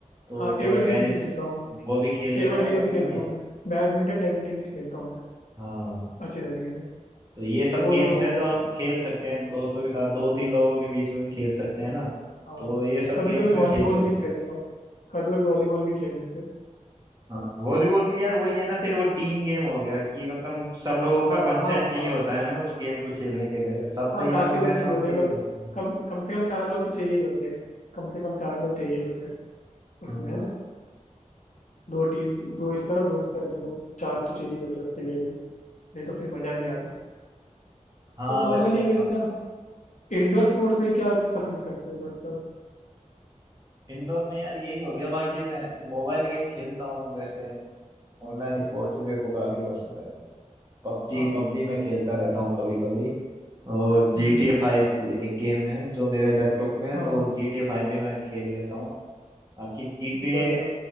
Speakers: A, on the right (about 30°); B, on the left (about 70°).
A: तो
B: हाँ
A: टेबल
B: टेबल
A: टेनिस
B: टेनिस में खेलता हूँ हाँ
A: वो भी खेल
B: टेबल
A: लेता हूँ
B: टेनिस
A: कभी
B: खेलता
A: कभी
B: हूँ मैं बैडमिंटन टेबल टेनिस खेलता हूँ मैं
A: हाँ
B: अच्छे तरीके से
A: तो ये सब
B: वो
A: गेम्स
B: दोनों
A: है
B: हो
A: जो
B: गया
A: हम खेल सकते हैं दोस्तों के साथ दो तीन लोगों के बीच में भी खेल सकते हैं ना
B: हाँ
A: तो ये सब
B: कभी
A: गेम्स
B: कभी
A: मैं
B: वॉलीबॉल
A: खेल लेता
B: भी खेल
A: हूँ
B: लेता हूँ कभी कभी वॉलीबॉल भी खेल लेते हैं
A: हाँ वॉलीबॉल भी यार वही है ना फिर वो टीम गेम हो गया कि मतलब सब लोगों का
B: हाँ
A: कंसेंट
B: हाँ
A: चाहिए
B: हाँ
A: होता है हमें उस गेम को खेलने के लिए सब
B: हाँ
A: तैयार
B: काफी
A: हो रहे
B: लोग
A: हैं
B: चाहिए
A: तो हम
B: होते
A: खेल
B: हैं मतलब
A: सकते हैं
B: कम कम से कम चार लोग तो चाहिए ही होते हैं कम से कम चार लोग चाहिए ही होते हैं उसमें
A: हाँ
B: है ना दो टीम दो इस तरफ दो उस तरफ दोनों चार तो चाहिए ही होते हैं उसके लिए भी नहीं तो फिर मजा नहीं आता
A: हाँ
B: और नॉर्मली
A: बस वही
B: अगर है ना इंडोर स्पोर्ट्स में क्या पसंद करते हो मतलब
A: इंडोर में यार यही हो गया बाकी मैं मोबाइल गेम खेलता हूँ जैसे ऑनलाइन स्पोर्ट्स भी मेरे को काफी पसंद है पबजी
B: हाँ
A: पबजी मैं खेलता रहता हूँ कभी कभी और जी
B: हम्म हम्म,
A: टी ए फाइव एक गेम है जो मेरे लैपटॉप में है
B: हाँ
A: तो
B: हाँ
A: जी टी ए फाइव भी मैं खेल लेता हूँ बाकी G T A
B: बढ़िया